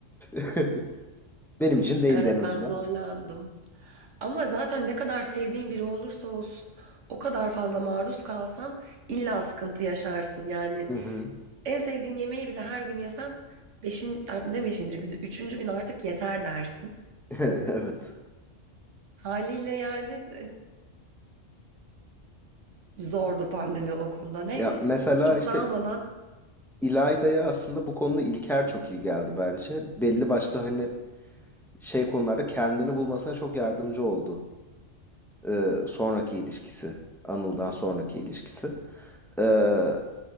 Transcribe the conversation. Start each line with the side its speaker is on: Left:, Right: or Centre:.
Centre: <laughs> benim için değildi
Right: Ya evet
Centre: en azından.
Right: ben zorlandım. Ama zaten ne kadar sevdiğin biri olursa olsun o kadar fazla maruz kalsan illa sıkıntı yaşarsın. Yani
Centre: Hı hı.
Right: en sevdiğin yemeği bile her gün yesen beşin, ne beşinci günü, üçüncü gün artık yeter dersin.
Centre: <laughs> Evet.
Right: Haliyle yani zordu pandemi o konuda. Neyse
Centre: Ya mesela
Right: çok
Centre: işte
Right: dağılmadan
Centre: İlayda'ya aslında bu konuda İlker çok iyi geldi bence. Belli başlı hani şey konularda kendini bulmasına çok yardımcı oldu. Ee, sonraki ilişkisi. Anıl'dan sonraki ilişkisi. Ee,